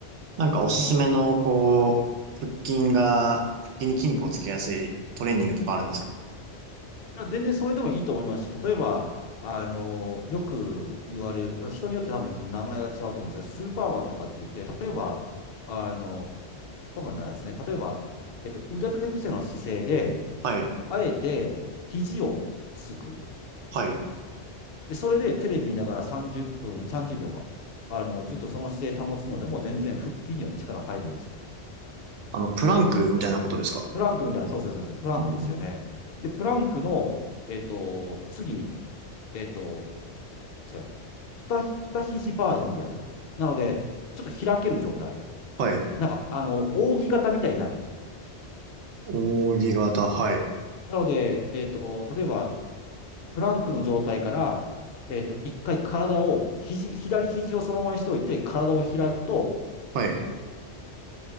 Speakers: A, on the right; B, on the left.
A: なんかおすすめの、こう、腹筋が、腹筋に筋肉をつけやすいトレーニングとかあるんですか
B: から全然それでもいいと思いますし、例えば、あの、よく言われる、人によって多分名前が違うと思うんですけど、スーパーマンとかって言って、例えば、あの、スーパーマンじゃないですね。例えば、えっと、腕立て伏せの姿勢で、
A: はい。
B: あえて肘をつく。
A: はい。
B: で、それでテレビ見ながら30分、30秒か。あの、ずっとその姿勢保つのでも全然腹筋には力入るんですよ。
A: あの、プランクみたいなことですか
B: プランクみたいな、そうそうそうそう、プランクですよね。
A: あー
B: で、プランクの、えっと、次、えっと、ですかね、二ひ二肘バージョンでやる。なので、ちょっと開ける状態。
A: はい。
B: なんか、あの、扇形みたいになる。
A: 扇形、はい。
B: なので、えっと、例えば、プランクの状態から、えっと、一回体を、肘、左肘をそのままにしておいて、体を開くと、
A: はい。